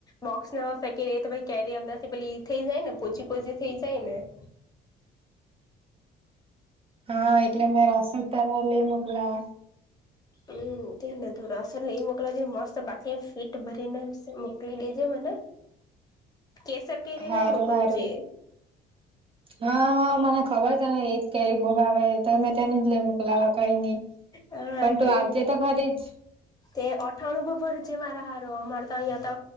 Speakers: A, on the left; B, on the right.
A: બોક્સ ના ર તો ભ ક્યારે અમદાથી પછલી થઈ જાય ને પોહચી પોહચી થઇ જાય, ને <inaudible>
B: હા, એટલે મે રસોદ ત લઈ મોકલા.
A: હમ્મ કેને તોડા અસલ ને એ મોકલાજ મસ્ત બાકી ફીટ ભરીને મોકલી દેજ મને કેસર કેરી
B: હારું
A: જ મોકલજે
B: હારું હા હા મને ખબર છે, ને એજ કેરી બોુ ભ આવે મેં તેની જ મોકલાવા કઈ નઈ
A: હા
B: પણ
A: તો
B: તું આવજે
A: એજ ને
B: ખરી જ
A: તે અઠાણું બબર જે મા રા અમારે તો અહીયાયા તો